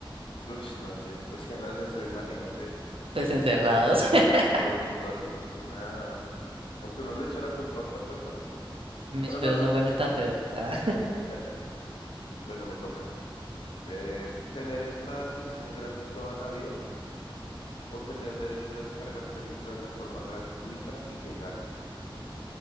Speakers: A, on the left; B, on the right.
A: uy, no sé. Es que en el ascensor, imagínate.
B: Pues encerrados. <laughs>
A: Uy, todo el mundo así vuelto nada, weón. Aunque uno le echa la culpa a otra persona y ya.
B: Mis
A: Pero
B: pedos
A: no sé.
B: no huelen tan feo. Ah,
A: <laughs> Bueno, me toca. Eh, ¿tener entradas de cine gratis toda la vida? ¿O tener derecho a descargar películas de forma gratuita y legal?